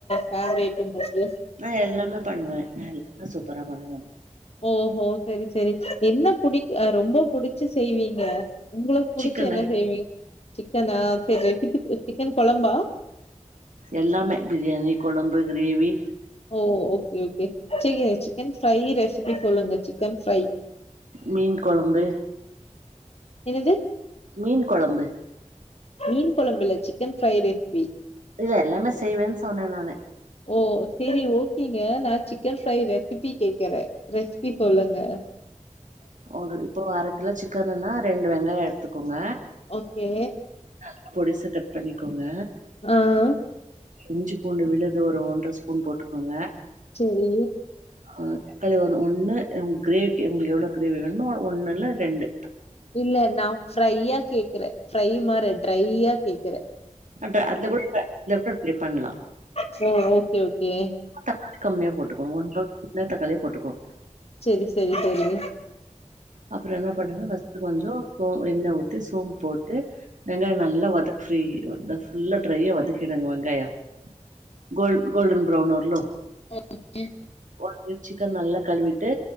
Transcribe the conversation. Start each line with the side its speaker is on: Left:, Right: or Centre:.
Left: பேவரேட் உங்களுக்கு
Right: நா எல்லாமே பண்ணுவ எல்லா நல்லா சூப்பரா பண்ணுவ
Left: ஓஹோ சரி சரி என்ன புடிக் ரொம்ப புடிச்சு செய்வீங்க உங்களுக்கு புடிச்சி
Right: சிக்கனு
Left: என்ன செய்விங்க சிக்கனா ச சிக்கன் கொழம்பா
Right: எல்லாமே பிரியாணி கொழம்பு கிரேவி
Left: ஓ ஓகே ஓகே சரி சிக்கன் ஃப்ரை ரெசிபி சொல்லுங்க சிக்கன் ஃப்ரை
Right: மீன் கொழம்பு
Left: என்னது
Right: மீன் கொழம்பு
Left: மீன் கொழம்பு இல்ல சிக்கன் ஃப்ரை ரேசிபி
Right: இல்ல எல்லாமே செய்வேன் சொன்ன நானு
Left: ஓ சரி ஓகேங்க நா சிக்கன் ஃப்ரை ரெசிபி கேக்குறே ரெசிபி சொல்லுங்க
Right: ஒரு இப்போ அரை கிலோ சிக்கனுன்னா ரெண்டு வெங்காயோ எடுத்துக்கோங்க
Left: ஓக்கே
Right: நல்லா பொடிசா கட் பண்ணிக்கோங்க
Left: ஆ
Right: இஞ்சி பூண்டு விழுது ஒரு ஒன்ற ஸ்பூன் போட்டுக்கோங்க
Left: செரி
Right: ஆ தக்காளி ஒன் ஒன்னு ஒங் கிரேவிக்கு உங்களுக் எவ்ளோ கிரேவி வேணுமோ அவ்ளோ ஒன்னு இல்ல ரெண்டு
Left: இல்ல நா ஃப்ரையா கேக்குறே ஃப்ரை மாரே ட்ரையா கேக்குறே
Right: அடா அதுல கூட ப அதுல கூட ட்ரை பண்லா
Left: சேர் ஓகே ஓகே
Right: தக்காளி கம்மியா போட்டுக்கோங்க ஒன் <inaudible> தக்காளி போட்டுக்கோங்க
Left: செரி செரி செரி
Right: அப்பறோ என்ன பண்ணுங்க ஃபஸ்ட்டு கொஞ்சோ சோ எண்ணெ ஊத்தி சோம்பு போட்டு வெங்காயொ நல்லா வதக்கு ஃப்ரி ந்த ஃபுல்லா ட்ரையா வதக்கிடுங்க வெங்காயொ கோல் கோல்டன் ப்ரவுன் வரலு
Left: <inaudible>
Right: ஒரு <inaudible> சிக்கன் நல்லா கழுவிட்டு